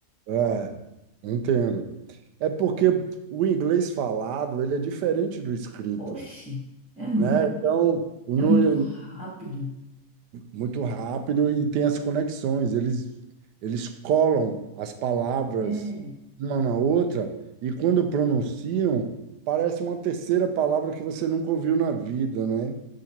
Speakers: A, on the right (about 80°); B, in the centre.
A: É, é, entendo. É porque o inglês falado, ele é diferente do escrito,
B: Oxi, é muito,
A: né? Então, no,
B: é muito rápido.
A: muito rápido e tem as conexões. Eles, eles colam as palavras
B: É,
A: uma na outra e quando pronunciam, parece uma terceira palavra que você nunca ouviu na vida, né?